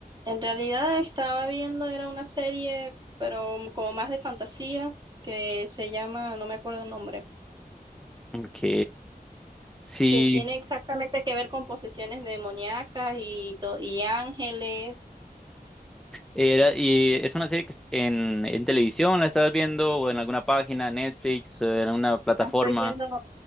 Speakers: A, on the right; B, in the centre.
A: En realidad estaba viendo, era una serie, pero como más de fantasía, que se llama, no me acuerdo el nombre,
B: Ok, sí,
A: que tiene exactamente que ver con posesiones demoníacas y, to- y ángeles.
B: era, y es una serie que est- en, en televisión la estabas viendo o en alguna página, Netflix, o en una plataforma.
A: La estoy viendo